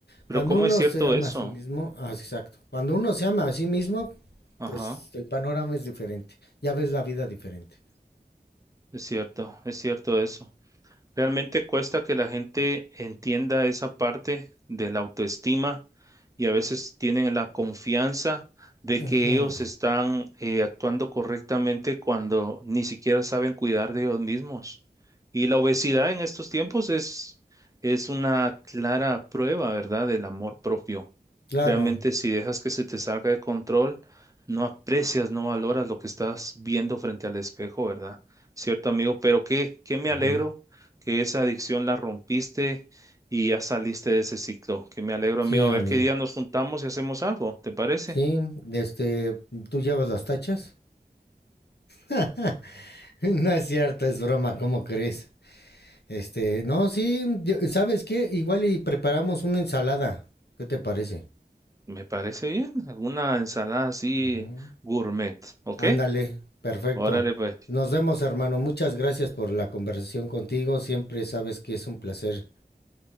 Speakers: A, on the right (about 20°); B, on the left (about 75°).
A: Pero
B: Cuando
A: ¿cómo
B: uno
A: es cierto
B: se ama
A: eso?
B: a sí mismo, ah, exacto, cuando uno se ama a sí mismo,
A: Ajá,
B: es, el panorama es diferente, ya ves la vida diferente.
A: es cierto, es cierto eso. Realmente cuesta que la gente entienda esa parte de la autoestima y a veces tienen la confianza de
B: Ujú,
A: que ellos están eh, actuando correctamente cuando ni siquiera saben cuidar de ellos mismos. Y la obesidad en estos tiempos es, es una clara prueba, ¿verdad?, del amor propio.
B: Claro,
A: Realmente si dejas que se te salga de control, no aprecias, no valoras lo que estás viendo frente al espejo, ¿verdad? Cierto, amigo, pero qué, qué me
B: ujú.
A: alegro que esa adicción la rompiste y ya saliste de ese ciclo. Que me alegro,
B: sí,
A: amigo.
B: amigo.
A: A ver qué día nos juntamos y hacemos algo, ¿te parece?
B: Sí, este, ¿tú llevas las tachas? <laughs> <laughs> No es cierto, es broma, ¿cómo crees? Este, no, sí, yo- ¿sabes qué? Igual y preparamos una ensalada. ¿Qué te parece?
A: Me parece bien. Alguna ensalada así
B: Ujú.
A: gourmet, ¿ok?
B: Ándale, perfecto.
A: Órale, pues.
B: Nos vemos, hermano. Muchas gracias por la conversación contigo. Siempre sabes que es un placer.